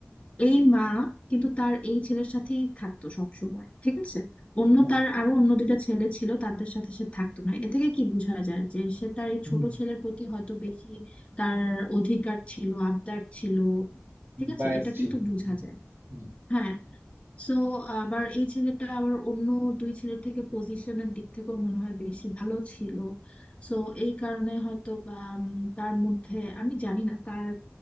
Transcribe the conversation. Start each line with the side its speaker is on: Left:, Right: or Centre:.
Left: এই মা কিন্তু তার এই ছেলের সাথেই থাকতো সব সময় ঠিক আছে অন্য
Right: হ্যাঁ।
Left: তার আরো অন্য দুইটা ছেলে ছিল তাদের সাথে সে থাকতো না এ থেকে কি বোঝা যায় যে সে তার এই
Right: হুম
Left: ছোট ছেলের প্রতি হয়তো বেশি তার অধিকার ছিল আবদার ছিল ঠিক আছে
Right: বায়াস
Left: এটা
Right: ছিল
Left: কিন্তু বোঝা
Right: হুম,
Left: যায়
Right: হুম,
Left: হ্যাঁ সো আবার এই ছেলেটা আবার অন্য দুই ছেলের থেকে পজিশনের দিক থেকেও মনে হয় বেশি ভালো ছিল সো এই কারণে হয়তো বা উম, তার মধ্যে আমি জানি না তার